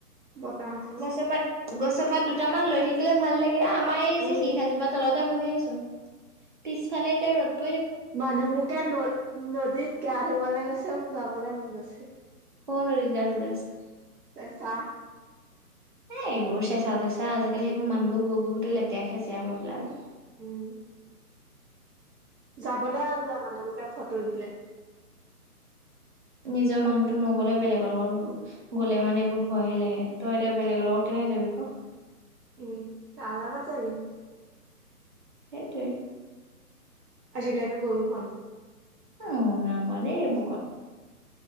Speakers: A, on the right (about 80°); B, on the right (about 35°).
A: বতাহ অকনো
B: গছৰপাত, গছৰ পাত দুটামান লৰি থাকিলে ভাল লাগে। আমাৰ এই যে
A: উম
B: শিলিখাাজোপা তলতে বহি আছোঁ, পিছফালে এতিয়া ৰ'দ দি
A: মানুহবোকে ন-নদীত গা ধুবলৈ গৈছে, মোৰ যাবলৈ মন গৈছে।
B: ক'ৰ নদীত গা ধুই আছে?
A: চেঁচা।
B: এ, এইবোৰ চেঁচা-তেচা, আজিকালি সেবোৰ মানুহবোৰ গৈ গৈ গোটেই লেতেৰা-খেচেয়া কৰি পেলালে।
A: উম। যাবলৈ মন যায় মানে লোকে ফটো দিলে।
B: নিজৰ মানুহতো নগ'লে, বেলেগৰ লগত গ-গ'লে মানে এইবোৰ ভয়হে লাগে। তই এতিয়া বেলেগৰ লগত কেনেকে যাবি? যাবি ক?
A: উম, লগত যাবিনো?
B: সেইটোৱেই।
A: আজিলৈকে গৈও পোৱা নাই।
B: উ, নাই পোৱা দেই এবুকত।